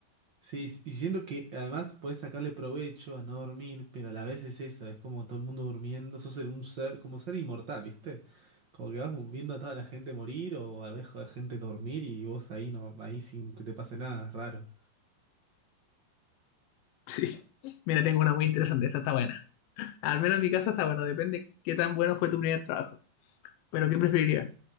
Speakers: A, on the right; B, on the left.
A: Sí, y siento que además podés sacarle provecho a no dormir, pero a la vez es eso, es como todo el mundo durmiendo, sos el- un ser, como ser inmortal, ¿viste? Como que vas viendo a toda la gente morir o a la vez a la gente dormir y vos ahí no, ahí sin que te pase nada, es raro.
B: Sí. Mira, tengo una muy interesante, esta está buena. Al menos en mi casa está bueno, depende qué tan bueno fue tu primer trabajo. Pero ¿qué preferirías?